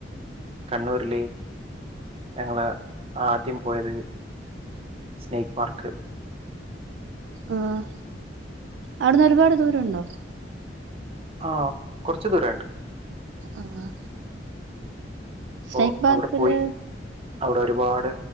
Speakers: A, on the right; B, on the right.
A: കണ്ണൂരിയില്ല. ഞങ്ങള ആദ്യം പോയത് സ്നൈക്ക് പാർക്ക്
B: ആഹ് അവിടുന്ന് ഒരുപാട് ദൂരം ഉണ്ടോ
A: ആഹ് കുറച്ച് ദൂരണ്ട്
B: ആഹ്
A: അപ്പോ
B: സ്നേക്ക് പാർക്കില്
A: അവിടെ പോയി അവിടെ ഒരുപാട്